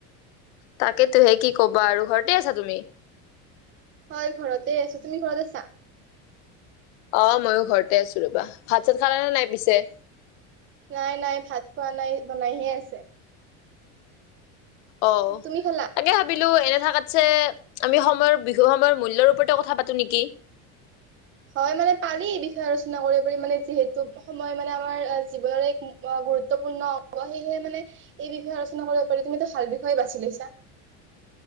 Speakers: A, on the left; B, on the right.
A: তাকেতো হে কি ক'বা আৰু ঘৰতে আছা তুমি
B: হয় ঘৰতে আছোঁ তুমি ঘৰতে আছা
A: অ' ময়ো ঘৰতে আছোঁ ৰ'বা ভাত চাত খালা নে নাই পিছে
B: নাই নাই ভাত খোৱা নাই বনাইহে আছে
A: অ'
B: তুমি খালা
A: তাকে ভাব বিলো এনে থাকাত যে আমি সময়ৰ বিহু সময়ৰ মূল্যৰ ওপৰতে কথা পাতো নেকি
B: হয় মানে পাৰি বিষয়ে আলোচনা কৰিব পাৰি মানে যিহেতু সময় মানে আমাৰ জীৱনৰ এক ইয়াৰ গুৰুত্বপূৰ্ণ সেয়েহে মানে এই বিষয়ে আলোচনা কৰিব পাৰি তুমি এটা ভাল বিষয়ে বাছি লৈছা